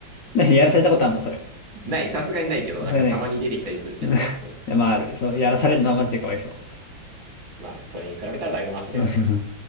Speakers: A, on the left; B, on the right.
A: 何やらされたことあんのそれ。
B: ない、さすがにないけど、なんかたまに出てきたりするじゃん。
A: それないか。<laughs> うんい
B: そう。
A: や、まあある。そう、やらされるのはマジでかわいそ
B: まあ、それに比べたらだいぶマシだよね。
A: う。うん